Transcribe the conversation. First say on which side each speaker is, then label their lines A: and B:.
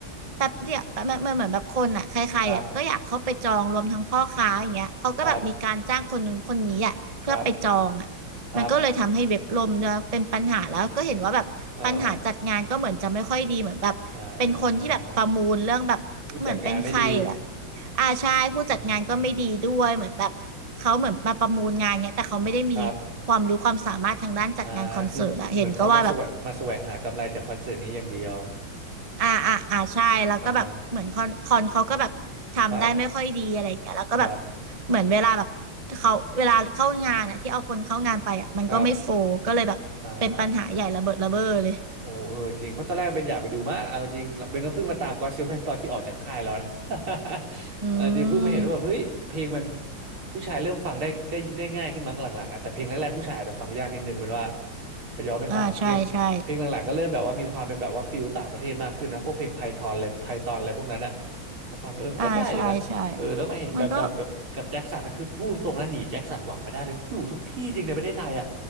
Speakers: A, on the right; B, on the right.
A: แป๊บเดียวมันมันเหมือนแบบคนอ่ะใครๆอ่ะก็อยากเข้าไปจองรวมทั้งพ่อค้าอย่างเงี้ยเขาก็แบบมีการจ้างคนนู้นคนนี้อ่ะเพื่อไปจองอ่ะมันก็เลยทำให้เว็บล่มด้วยเป็นปัญหาแล้วก็เห็นว่าแบบปัญหาจัดงานก็เหมือนจะไม่ค่อยดีเหมือนแบบเป็นคนที่แบบประมูลเรื่องแบบเหมือนเป็นใครอ่ะ
B: ครับครับครับครับเอออ่าผู้จัดงานไม่ดี
A: อาใช่ผู้จัดงานก็ไม่ดีด้วยเหมือนแบบเขาเหมือนมาประมูลงานเนี้ยแต่เขาไม่ได้มีความรู้ความสามารถทางด้านจัดงานคอนเสิร์ตอ่ะเห็นก็ว่าแบบ
B: อืมอืมครับอ่าคือเหมือนเขามาแสวงมาแสวงหากำไรจากคอนเสิร์ตนี้อย่างเดียว
A: อ่าอ่าอ่าใช่แล้วก็แบบเหมือนคอนคอนเขาก็แบบทำได้ไม่ค่อยดีอะไรอย่างเงี้ยแล้วก็แบบ
B: อ่าฮะครับครับ
A: เหมือนเวลาแบบเขาเวลาเข้างานอ่ะที่เอาคนเข้างานไปอ่ะมันก็ไม่โฟลก็เลยแบบเป็นปัญหาใหญ่ระเบิดระเบ้อเลย
B: ครับอ่า โอ้เออจริงเพราะตอนแรกเป็นอยากไปดูมากเอาจริงเบนก็เพิ่งมาตามก็อตเซเว่นตอนที่ออกจากค่ายแล้วนะ <laughs>
A: อืม
B: เออจริงเพิ่งมาเห็นว่าแบบเฮ้ยเพลงมันผู้ชายเริ่มฟังได้ได้ได้ง่ายขึ้นมั้งหลังๆอะแต่เพลงแรกๆผู้ชายอาจจะฟังยากนิดนึงเป็นว่าพอย้อนไปฟังอะเพลงเพลงหลังๆก็เริ่มแบบว่ามีความเป็นแบบว่าฟิลต่างประเทศมากขึ้นนะพวกเพลงไพทอนอะไรไพทอนอะไรพวกนั้นอะ
A: อ่าใช่ใช่
B: พอฟังเออมันก็ได้อยู่นะเออแล้วมาเห็นแบมแบมกับกับแจ็คสันนะคือพูดตรงๆนะหนีแจ็คสันหวังไม่ได้เลยอยู่ทุกที่จริงในประเทศไทยอะ
A: อ่าใช่ใช่มันก็